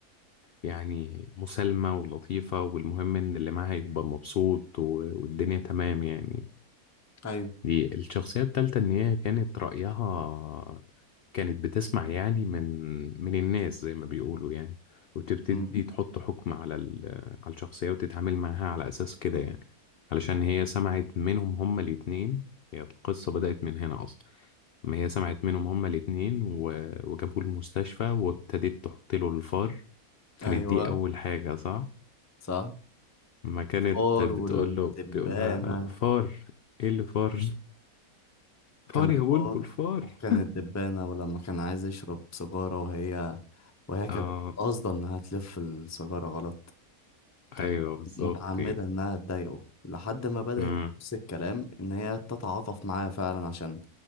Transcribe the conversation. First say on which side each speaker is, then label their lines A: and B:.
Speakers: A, on the left (about 80°); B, on the left (about 20°).
A: يعني مسالمة ولطيفة والمهم إن اللي معاها يبقى مبسوط و- والدنيا تمام يعني
B: أيوه
A: دي الشخصية التالتة إن هي كانت رأيها كانت بتسمع يعني من من الناس زي ما بيقولوا يعني وتبتدي
B: مم.
A: تحط حكم على ال... على الشخصية وتتعامل معاها على أساس كده يعني علشان هي سمعت منهم هما الاتنين هي القصة بدأت من هنا أصلا ما هي سمعت منهم هما الاتنين و... وجابوه المستشفى وابتدت تحط له الفار كانت
B: أيوه
A: دي أول حاجة صح؟
B: صح
A: ما كانت
B: الفار
A: بتقول
B: والدبانة
A: له بيقول لها فار إيه اللي فار؟ <laughs>
B: كان
A: فار يا
B: الفار
A: بلبل فار
B: وكان الدبانة ولما كان عايز يشرب سيجارة وهي وهي كانت
A: اه
B: قاصدة إنها تلف السيجارة غلط كانت
A: ايوه بالظبط
B: متعمدة
A: يعني
B: إنها تضايقه لحد ما بدأت
A: امم
B: نفس الكلام إن هي تتعاطف معاه فعلا عشان